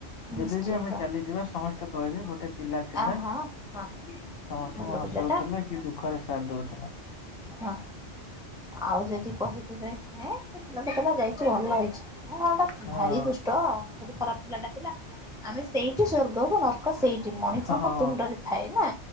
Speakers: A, on the left (about 60°); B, in the centre.
A: ଯେବେ
B: ନିଶ୍ଚିନ୍ତ
A: ବିି ଆମେ ଚାଲିଯିବା ସମସ୍ତେ କହିବେ ଗୋଟେ ପିଲା ଥିଲା
B: ଆ
A: ସମସ୍ତଙ୍କୁ
B: ହା ହଁ ଭଲ
A: ହସ ହସଉଥୁଲା
B: ପିଲାଟା
A: କି ଦୁଃଖରେ ସାଥ ଦଉଥୁଲା।
B: ହଁ ଆଉ ଯଦି କହିଥିବେ ଏଁ ହେ ପିଲାଟେ ଥିଲା ଯାଇଚି ଆଉ ଅଲ ହେଇଚି। ହଁ ଏଟା
A: ହଁ
B: ଭାରି ଦୁଷ୍ଟ ଭାରି ଖରାପ ପିଲାଟା ଥିଲା ଆମେ ସେଇଠି ସ୍ଵର୍ଗକୁ ନର୍ କ ସେଇଠି ମଣିଷଙ୍କ
A: ହଁ ହଁ
B: ତୁଣ୍ଡରେ ଥାଏ ନା